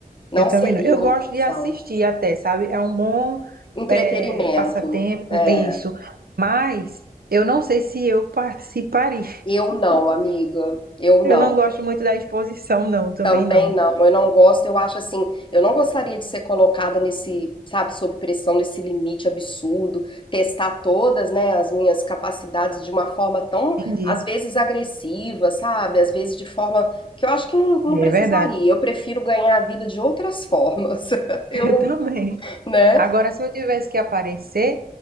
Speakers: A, on the left; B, on the right.
A: não
B: eu também
A: seria
B: não. Eu
A: uma
B: gosto
A: opção.
B: de assistir até, sabe? É um bom
A: Entretenimento,
B: é, passatempo,
A: é.
B: um, isso. Mas eu não sei se eu participaria.
A: Eu não, amiga. Eu não.
B: Eu não gosto muito da exposição, não, também
A: Também
B: não.
A: não. Eu não gosto. Eu acho assim, eu não gostaria de ser colocada nesse, sabe, sob pressão, nesse limite absurdo, testar todas, né, as minhas capacidades de uma forma tão,
B: Entendi.
A: às vezes, agressiva, sabe? Às vezes de forma que eu acho que não, não
B: É
A: precisaria.
B: verdade.
A: Eu prefiro ganhar a vida de outras formas. <laughs> Eu
B: <laughs> Eu
A: não,
B: também.
A: né?
B: Agora, se eu tivesse que aparecer,